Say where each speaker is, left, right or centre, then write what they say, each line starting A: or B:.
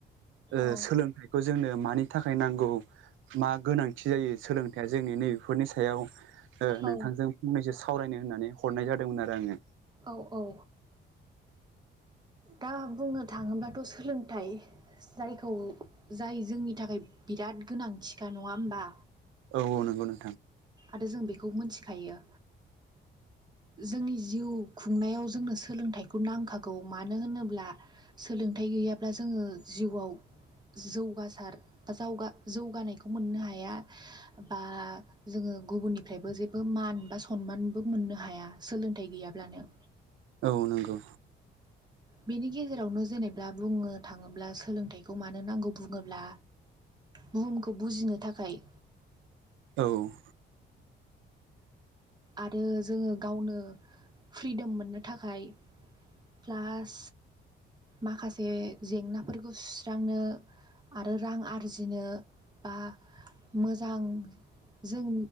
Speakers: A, on the right; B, on the right.
A: ओ
B: औ
A: सोलोंथाइखौ जोंनो मानि थाखाय नांगौ मा गोनांथि जायो सोलोंथाइया जोंनि नैबेफोरनि सायाव ओ नोंथांजों
B: औ
A: फंनैसो सावरायनो होननानै हरनाय जादोंमोन आरो आङो।
B: औ औ दा बुंनो थाङोब्लाथ' सोलोंथाइ जायखौ जाय जोंनि थाखाय बि बिराद गोनांथिखा नङा होमबा।
A: औ औ नंगौ नों
B: आरो जों बेखौ मोनथिखायो। जोंनि जिउ खुंनायाव जोंनो सोलोंथाइखौ नांखागौ मानो होनोब्ला सोलों थाइ गैयाब्ला जोङो जिउआव जौगासार बा जावगा जौगानायखौ मोननो हाया। बा जोङो गुबुननिफ्रायबो जेबो मान बा सनमानबो मोननो हाया। सोलोंथाइ गैयाब्लानो
A: औ नंगौ
B: बेनि गेजेरावनो जेनेबा बुंनो थाङोब्ला सोलोंथाइखौ मानो नांगौ बुङोब्ला बुहुमखौ बुजिनो थाखाय
A: औ।
B: आरो जोङो गावनो फ्रिदम मोननो थाखाय प्लास माखासे जेंनाफोरखौ सुस्रांनो आरो रां आरजिनो बा मोजां जों